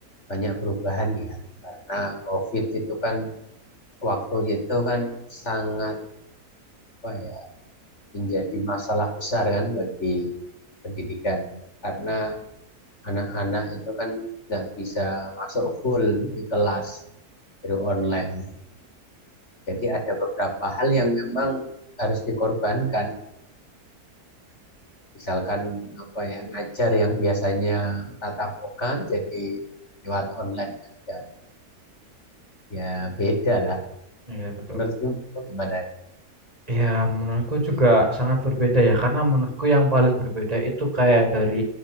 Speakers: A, on the left (about 45°); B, on the right (about 25°).
A: banyak perubahan ya karena COVID itu kan waktu itu kan sangat apa ya menjadi masalah besar kan bagi pendidikan karena anak-anak itu kan nggak bisa masuk full di kelas dari online. Jadi ada beberapa hal yang memang harus dikorbankan. Misalkan apa yang ngajar yang biasanya tatap muka jadi lewat online aja. Ya beda lah.
B: Iya betul.
A: Menurut kamu gimana?
B: Ya, menurutku juga sangat berbeda ya, karena menurutku yang paling berbeda itu kayak dari